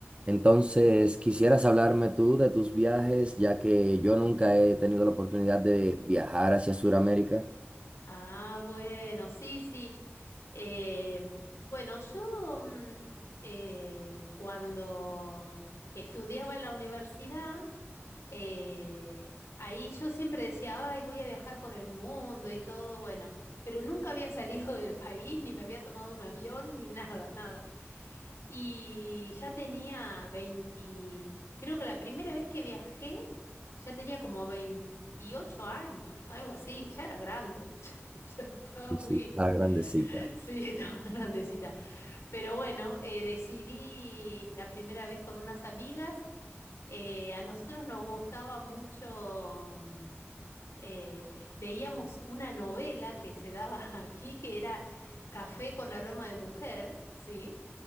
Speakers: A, on the right; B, on the left.
A: Entonces, quisieras hablarme tú de tus viajes, ya que yo nunca he tenido la oportunidad de viajar hacia Sudamérica.
B: Ah, bueno, sí, sí. Eh, bueno, yo mm, eh, cuando estudiaba en la universidad, eh, ahí yo siempre decía, ay, voy a viajar por el mundo y todo, bueno, pero nunca había <laughs> salido del país, ni me había tomado un avión, ni nada, nada. Y ya tenía 20 creo que la primera vez que viajé ya tenía como 28 años, algo así, ya era grande, <laughs> ya ya estaba
A: Y
B: muy,
A: sí, Ah, claro. grandecita.
B: sí, <laughs> estaba grandecita. Pero bueno, eh, decidí la primera vez con unas amigas, eh, a nosotros nos gustaba mucho, mm, eh, veíamos una novela que se daba <laughs> aquí que era Café con aroma de mujer, ¿sí?